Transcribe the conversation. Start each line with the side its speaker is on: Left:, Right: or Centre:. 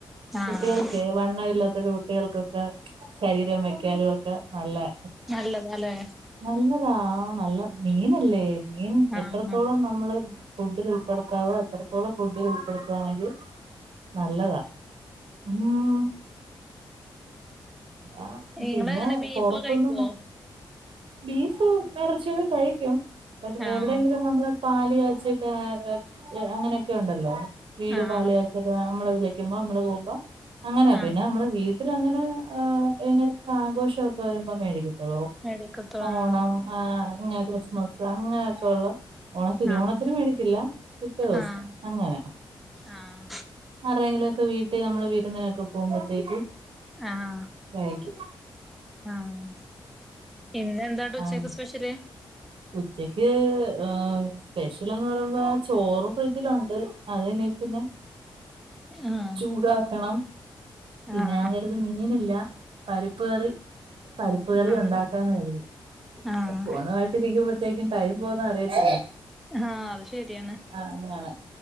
Centre: ആഹ്
Right: കുട്ട്യേൾക്കേ വണ്ണം ഇല്ലാത്തൊക്കെ കുട്ട്യേൾക്കൊക്കെ ശരീരം വെക്കാനൊക്കെ നല്ലെ
Centre: നല്ലതാല്ലേ
Right: നല്ലതാ നല്ല മീനല്ലേ മീൻ
Centre: ആഹ്
Right: എത്ര നമ്മള് ഫുഡിലുൾപ്പെട്ത്താവോ അത്രത്തോളം ഫുഡില് ഉൾപ്പെട്ത്താണെങ്കി നല്ലതാ ഉം ആഹ്
Centre: നിങ്ങള്
Right: പിന്നെ
Centre: എങ്ങനെ ബീഫ്
Right: പൊറത്ത്ന്ന്ന്ന്
Centre: കഴിക്കുവോ
Right: ബീഫും എറച്ചിയൊക്കെ കഴിക്ക്യും പക്ഷെ
Centre: ആഹ്
Right: എവിടെങ്കിലും നമ്മ ള് പാല് കാച്ചി കേറാ അങ്ങനെയൊക്കെ ഉണ്ടല്ലോ വീട്
Centre: ആഹ്
Right: പാല്ക്കാച്ചാ നമ്മളെ വിളിക്കുമ്പോ നമ്മള് പോവുമ്പോ അങ്ങനെ
Centre: ആഹ്
Right: പിന്നെ നമ്മളെ വീ ട്ടില് അങ്ങനെ ഏഹ് എങ്ങനെലും ആഘോഷോക്കെ വരുമ്പോ മേടിക്കത്തൊള്ളു
Centre: മേടിക്കത്തൊ
Right: ഓണം
Centre: ആഹ്
Right: ആഹ് ഇങ്ങനെ ക്രിസ്മസ് അങ്ങനെയൊക്കള്ള ഓണ തിരുവോണത്തിനു
Centre: ആഹ്
Right: മേടിക്കില്ല പിറ്റേ ദിവസം
Centre: ആഹ്
Right: അങ്ങനെ
Centre: ആഹ്
Right: ആരേങ്കിലൊക്കെ വീട്ടി നമ്മള് വിരുന്നിനൊക്കെ പോവുമ്പത്തേക്കും
Centre: ആഹ്
Right: കഴിക്ക്യും
Centre: ആഹ് ഇന്ന് എന്താന്നെട്ട് ഉച്ചക്ക്
Right: ആ
Centre: സ്പെഷ്യല്
Right: ഉച്ചക്ക് ഏഹ് സ്പെഷ്യലെന്ന് പറയുമ്പോ ചോറ് ഫ്രിഡ്ജിലുണ്ട് അത് ഇനി പിന്നെ
Centre: ആഹ്
Right: ചൂടാക്കണം പിന്നെ
Centre: ആഹ്
Right: ഞാൻ കര്തി മീനില്ല പരിപ്പ് കറി പരിപ്പ് കറി
Centre: ആഹ്
Right: ഉണ്ടാക്കാന്ന് കര്തി
Centre: ആഹ്
Right: ഫോണു ആയിട്ട് ഇരിക്കുമ്പോത്തേക്കും ടൈം പോന്നേ അറിയത്തില്ല
Centre: ആഹ് അത് ശരിയാണ്
Right: ആഹ് അങ്ങനെയാണ്